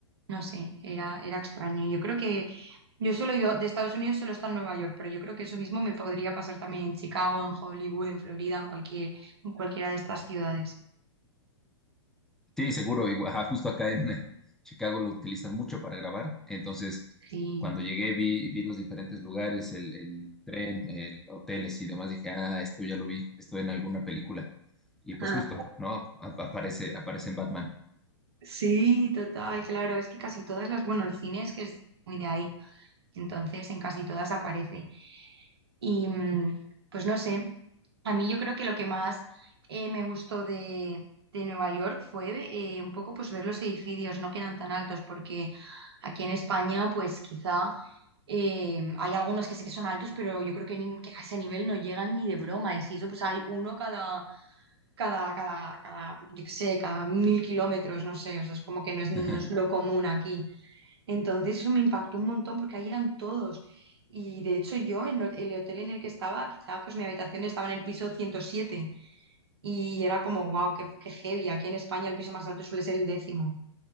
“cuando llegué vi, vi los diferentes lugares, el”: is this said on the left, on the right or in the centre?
Centre